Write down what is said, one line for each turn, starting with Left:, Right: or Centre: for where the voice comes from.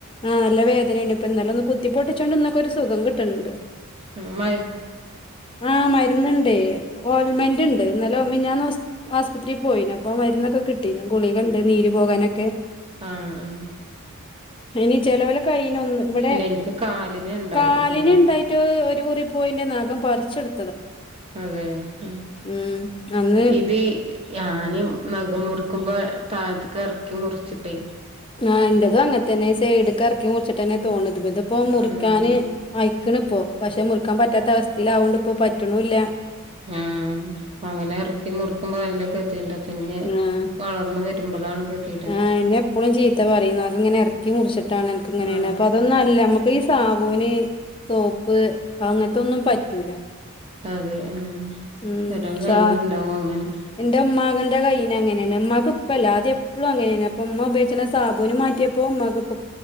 Left: ആ നല്ല വേര് എയ്നു ഇപ്പന്നലെ ഒന്ന് കുത്തി പൊട്ടിച്ചൊണ്ട് ഇന്നെക്കൊരു ഒരു സുഖം കിട്ടുന്നുണ്ട്.
Right: ഉം മ
Left: ആ മരുന്നുണ്ടേ ഓൽമന്റ് ണ്ട് ഇന്നലെ മിഞ്ഞാ ആസ്പത്രിൽ പോയിന് അപ്പൊ മരുന്നൊക്കെ കിട്ടീനു ഗുളികണ്ട് നീര് പോകാനൊക്കെ,
Right: ആ ഉം
Left: ഇനി ചിലവെല കൈണ ഒന്ന് ഇവിടെ
Right: എനിക്ക് കാലിന് ഉണ്ടാവല്
Left: കാലിന്
Right: കാല്
Left: ഉണ്ടായിട്ട് കീറി പോയിന്റെ നകം പറിച്ചെട്
Right: അതെ ഉം
Left: ഉം അന്ന്
Right: ഇത് ഞാനും നഖം മുറിക്കുമ്പോ താഴ്ത്തക്ക് ഇറക്കി മുറിച്ചിട്ടേയ്
Left: ആ ഇന്റെതും അങ്ങനെ തന്നെ സൈട്ക്ക അറക്കി മുറിച്ചിട്ട്ന്നെ തോന്നണ്ഇതിപ്പോ മുറിക്കാന്
Right: ആഹ്
Left: അയി അയിക്കണ്പ്പോ പക്ഷെ മുറുക്കാൻ പറ്റാത്ത അവസ്ഥയിൽ ആവോണ്ട് പ്പോ പറ്റ്ണുല്ല.
Right: ആഹ് അങ്ങനെ ഇറക്കി മുടിക്കുമ്പോ നല്ല കതിയട്ണ്ട് പിന്നെ
Left: ആ
Right: വളർന്ന് വരുമ്പോഴാണ് കതിയട്.
Left: ആഹ് എന്നെ എപ്പളും ചീത്ത പറയും നഖങ്ങനെ ഇറക്കി മുറിച്ചട്ടാണ് അനക്കങ്ങനെ
Right: ആഹ്
Left: അപ്പൊ അതൊന്നല്ല. നമുക്ക് ഈ സാബൂന് തോപ്പ് അങ്ങനത്തൊന്നും പറ്റൂല.
Right: അതെ ആ
Left: ഉം
Right: ചില കൈനുണ്ടാവും
Left: സാ
Right: അങ്ങനെ,
Left: എന്റെ ഉമ്മാകന്റെ കയ്യിനെ അങ്ങനെയാണ്. ഉമ്മാക്ക് ഇപ്പല്ല അത് എപ്പോളും അങ്ങനെയാണ് അപ്പൊ ഉമ്മ ഉയോഗിച്ച സാബൂന് മാറ്റിയ പോമ്മക്ക് പ്പോ